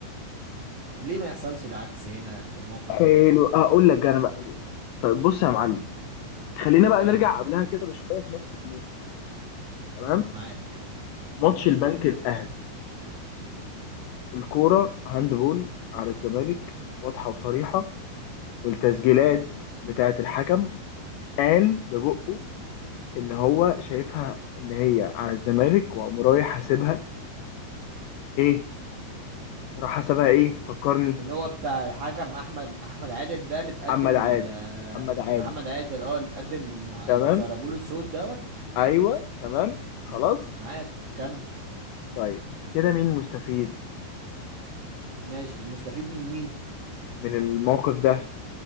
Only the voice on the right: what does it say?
ليه ما يحصلش العكس هنا في الموقف
ده
حلو
معاك
معاك
ماشي
قول
اللي هو بتاع الحكم احمد احمد عادل ده اللي اتقدم
لل
محمد عادل اه اللي اتقدم للمح... اللي
سربوا له الصوت دوت
معاك كمل
ماشي المستفيد من مين